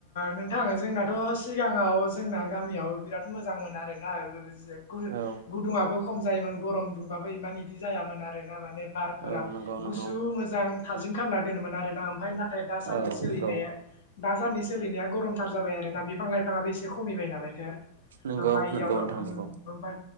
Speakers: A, on the left; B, on the right.
A: नोंथां जोंनाथ' सिगाङाव जोंना गामियाव बिराद मोजां मोन आरोना । गु
B: औ
A: गुदुङाबो खम जा जायोमोन गरम दुंबाबो इमान इदि जायामोन आर ना माने । बारफोरा
B: औ नंगौ
A: गुसु
B: नंगौ
A: मोजां थाजिम खालामना दोनोमोन आरो ना ओमफ्राय नाथाय दासान्दि
B: औ
A: सोलिनाया
B: नंगौ
A: दासान्दि सोलिनाया गरमथार जाबाय आरो ना बिफां लाइफाङाबो एसे खमिबाय नालाय
B: नंगौ
A: आफायाइ इयाव
B: नंगौ
A: ओम
B: नोंथां नंगौ
A: ओमफ्राय